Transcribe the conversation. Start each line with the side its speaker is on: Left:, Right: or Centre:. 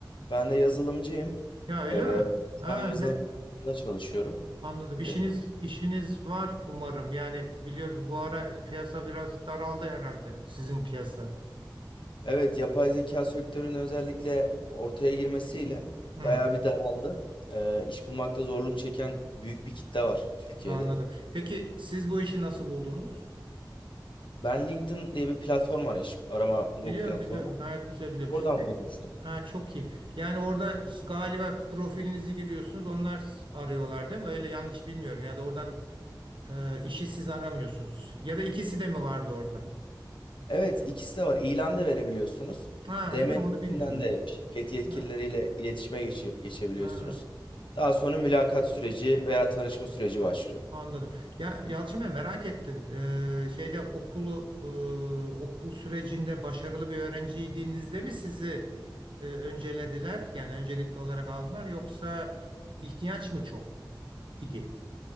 Left: Ben de yazılımcıyım.
Right: Ya öyle
Left: Ee,
Right: mi?
Left: şu
Right: Ha,
Left: an yazılım
Right: ne?
Left: firmasında çalışıyorum.
Right: Anladım. İşiniz
Left: Ee,
Right: işiniz var umarım. Yani biliyor bu ara piyasa biraz daraldı herhalde sizin piyasa.
Left: evet, yapay zeka sektörünün özellikle ortaya girmesiyle
Right: Hı.
Left: bayağı bir daraldı. Ee, iş bulmakta zorluk çeken büyük bir kitle var Türkiye'de.
Right: Anladım. Peki siz bu işi nasıl buldunuz?
Left: Ben LinkedIn diye bir platform var, iş arama bulma
Right: Biliyorum
Left: platformu.
Right: biliyorum. Gayet güzel biliyorum.
Left: Oradan
Right: Peki,
Left: bulmuştum.
Right: ha çok iyi. Yani orada galiba profilinizi giriyorsunuz. Onlar s- arıyorlar değil mi? Öyle yanlış bilmiyorum. Ya da oradan e, işi siz aramıyorsunuz. Ya da ikisi de mi vardı orada?
Left: Evet, ikisi de var. İlan da verebiliyorsunuz.
Right: Ha
Left: DM
Right: öyle mi? Onu bilmiyorum.
Left: üzerinden de şirket yetkilileriyle
Right: Ha,
Left: iletişime geçi- geçebiliyorsunuz.
Right: ha.
Left: Daha sonra mülakat süreci veya tanışma süreci başlıyor.
Right: Anladım. Ya Yalçın Bey merak ettim. Ee, şeyde okulu e, okul sürecinde başarılı bir öğrenciydinizde mi sizi e, öncelediler? Yani öncelikli olarak aldılar yoksa ihtiyaç mı çok idi?